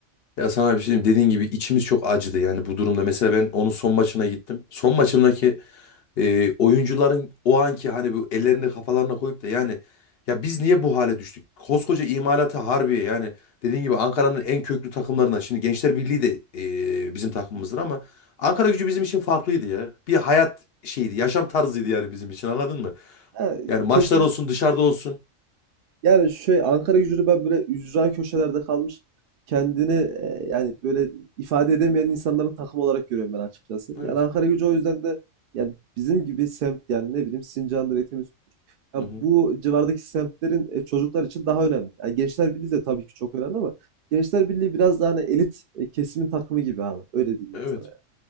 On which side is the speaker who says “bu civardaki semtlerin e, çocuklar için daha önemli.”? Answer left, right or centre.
Right